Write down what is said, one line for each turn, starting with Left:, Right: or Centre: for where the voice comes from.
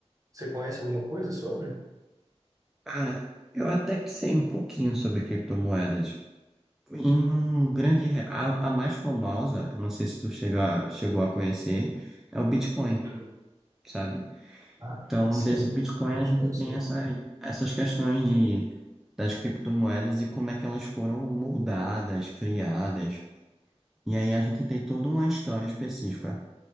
Right: Você conhece alguma coisa sobre?
Centre: Cara, eu até que sei um pouquinho sobre criptomoedas. Em um grande, re- a, a mais famosa, eu não sei se tu chega, chegou a conhecer, é o Bitcoin,
Right: Uhum.
Centre: sabe?
Right: Ah,
Centre: Então,
Right: sim,
Centre: desse Bitcoin
Right: Bitcoin
Centre: a gente
Right: eu sei.
Centre: tem essas, essas questões de, das criptomoedas e como é que elas foram moldadas, criadas. E aí a gente tem toda uma história específica.